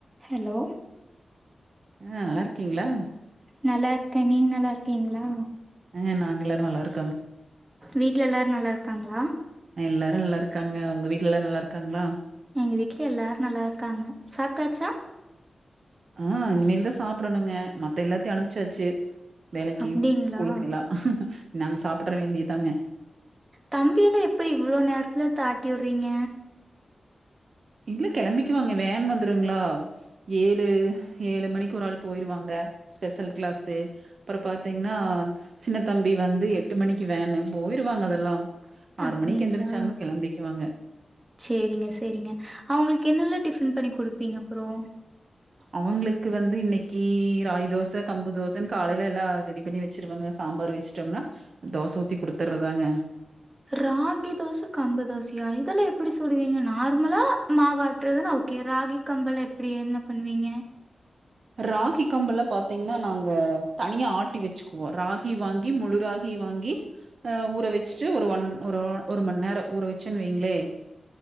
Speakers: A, on the right (about 20°); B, on the right (about 60°).
A: Hello
B: ஆ நல்லா இருக்கீங்ளா
A: நல்லார் க்கே நீங் நல்லா இருக்கீங்ளா
B: அ நாங்க எல்லா நல்லா இருக்
A: வீட்ல எல்லாரு நல்லாருக் காங்ளா
B: எல்லாரு நல்லாருக்காங்க உங்க வீட்டுல எல்லாரு நல்லா இருக்காங்ளா
A: எங்க வீட்டு்ல எல்லாரு நல்லா இருக்காங்க சாப்டாச்சா
B: ஆ இனிமேல்தா சாப்டணுங்க மத்த எல்லாத்தையு அனுப்ச்சாச்சி வேலைக்கி
A: அப்டிங்களா
B: ஸ்கூலுக்கு எல்லா நாங்க சாப்பிட்டற வேண்டியதாங்க
A: தம்பியெல்லா எப்டி இவ்ளோ நேரத்ல தாட்டி வுறீங்க
B: இங்ளே கெளம்பிக்குவாங்க வேன் வந்துருங்ளா ஏழு ஏழு மணிக்கு ஒரு ஆள் போயிருவாங்க ஸ்பெஷல் கிளாஸ்சு அப்போறா பாத்தீங்ன்னா சின்னத்தம்பி வந்து எட்டு மணிக்கு வேன்னு போயிருவாங்க அதெல்லா ஆறு
A: அப்டிங்களா
B: மணி எந்திரிச்சாங்னா கெளம்பிக்வாங்க
A: சேரிங்க சேரிங்க அவுங்ளுக் என்னெல்ல டிஃபன் பண்ணி குடுப்பீங்க அப்றோ
B: அவுங்ளுக் வந்து இன்னைக்கி ராகி தோச கம்பு தோச காலைல எல்லா ரெடி பண்ணி வச்சிருவங்க சாம்பார் வச்ட்டோம்னா தோச ஊத்தி குடுத்றதாங்க
A: ராகி தோச கம்பு தோசயா இதெல்லா எப் புடி சுடுவீங்க நார்மலா மாவாட்டுறதுனா ஓகே ராகி கம்பலா எப்படி என்ன பண்வீங்க
B: ராகி கம்பல்லா பாத்தீங்ன்னா நாங்க தனியா ஆட்டி வெச்சுக்வோ ராகி வாங்கி முழு ராகி வாங்கி ஆ ஊற வச்சிட்டு ஒரு ஒன் ஒரு ஒரு மண்நேரோ ஊற வச்சன் வைங்ளே